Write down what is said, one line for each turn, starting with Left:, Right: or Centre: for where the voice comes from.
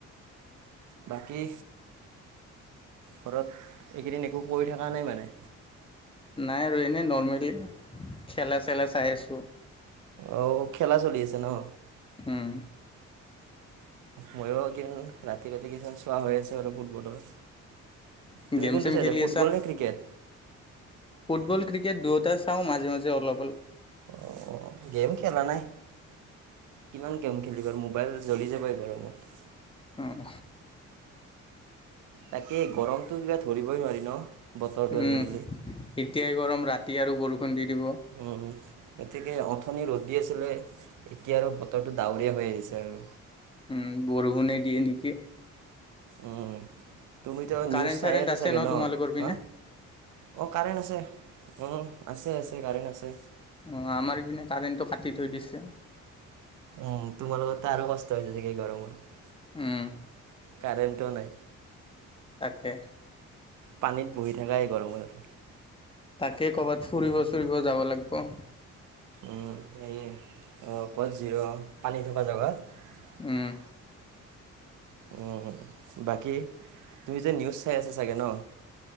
Right: বাকী ঘৰত এইকেইদিন একো কৰি থকা নাই মানে
Left: নাই আৰু এনেই নৰ্মেলি, খেলা চেলা চাই আছোঁ।
Right: অহ, খেলা চলি আছে নহ
Left: হম
Right: মইয়ো একেদিন ৰাতি ৰাতি কিছুমান চোৱা হৈ আছে আৰু ফুটবলৰ তুমি
Left: গেম
Right: কোনটো
Left: চেম
Right: চাইছা
Left: খেলি
Right: ফুটবল
Left: আছা,
Right: নে ক্ৰিকেট
Left: ফুটবল ক্ৰিকেট দুয়োটা চাওঁ মাজে মাজে অলপ অলপ
Right: অ গেম খেল নাই। কিমান গেম খেলিম আৰু মোবাইল জ্বলি যাব এই গৰমত
Left: উম
Right: তাকেই গৰমতো কিবা ধৰিবই নোৱাৰি ন! বতৰটো
Left: উম,
Right: আজিকালি
Left: এতিয়াই গৰম, ৰাতি আৰু বৰষুণ দি দিব
Right: উম, এতেকে অথনি ৰ'দ দি আছিলে এতিয়া আৰু বতৰটো ডাৱৰীয়া হৈ আহিছে আৰু।
Left: উম বৰষুণে দিয়ে নেকি।
Right: উম তুমিতো
Left: কাৰেণ্ট
Right: নিউজ চাই
Left: চাৰেণ্ট
Right: আছা
Left: আছে
Right: চাগে ন
Left: তোমালোকৰ পিনে
Right: হা? অ কাৰেণ্ট আছে, উম্ আছে আছে কাৰেণ্ট আছে।
Left: অ আমাৰ এইপিনে কাৰেণ্টটো কাটি থৈ দিছে।
Right: অ তোমালোকৰ ত আৰু কষ্ট হৈছে চাগে গৰমত।
Left: উম।
Right: কাৰেণ্টো নাই
Left: তাকে।
Right: পানীত বহি থাকা এই গৰমট।
Left: তাকে কৰ'বাত ফুৰিব চুৰিব যাব লাগব।
Right: উম এই ক'ত জিৰ' পানী থকা জেগাত।
Left: উম,
Right: উম বাকী তুমি যে নিউজ চাই আছা চাগে ন?